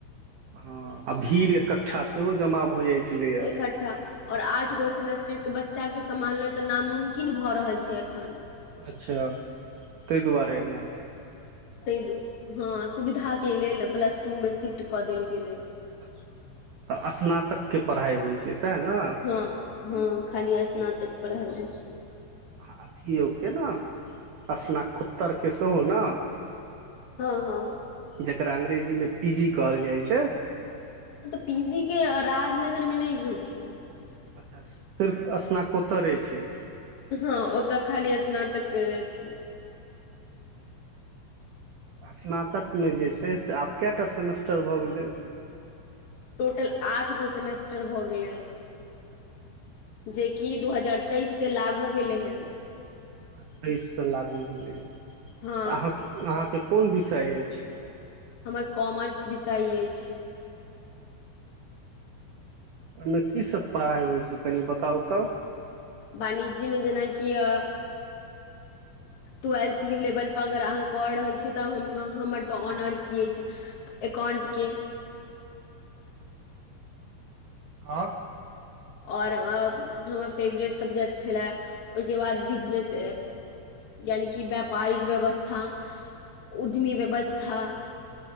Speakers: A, on the right (about 85°); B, on the left (about 50°).
A: ह आ भीड़ एकठ्ठा सेहो जमा भऽ जाइ छलैए
B: इकठ्ठा आऔ आठ गो से सेमेस्टर के बच्चा के समालनाइ तऽ नामुमकिन भऽ रहल छै एखन
A: अच्छा ताहि दुआरे ऐना
B: ताहि हँ सुविधाके लेल प्लस टू मे शिफ्ट कऽ देल गेलै
A: अच्छा तऽ स्नातक के पढ़ाइ होइ छै सएह ने आ
B: हँ हँ खाली स्नातक पढ़इ छै
A: आ अथिियओके ने स्नत्तरके सेहो ने
B: हँ हँ
A: जकरा अंग्रेजी मे पी जी कहल जाइ छै
B: पी जी के राजनगर मे नहिं होइ छै
A: अच्छा सिर्फ स्नाकोत्तरे छै
B: हँ ओतऽ खाली स्नातक छै
A: स्नातक में जे छै से आब क्या टा सेमेस्टर भऽ गेलै
B: टोटल आठ गो सेमेस्टर भऽ गेलै जेकि दु हजार तेइस सँ लागू भेलै हेन
A: अच्छा तेइस से लागू भेलैऽ
B: हँ
A: अहाँ अहाँ के कोन विषय अछि
B: हमर कॉमर्स विषय अछि छै
A: ओहि में की सब पढ़ाइ होइ छै कनि बताउ तऽ
B: वाणिज्य मे जेना कि अ ट्एल्थ लेवल पर अगर अहाँ कऽ रहल छीयै तऽ हमर तऽ ऑनर्स अछि एकाउंट के <inaudible>
A: आ और
B: आ और हमर फेवरेट सब्जेक्ट छलए ओ हिके बाद बिजनेस यानि कि व्यापारिक व्यवस्था उद्यमी व्यवस्था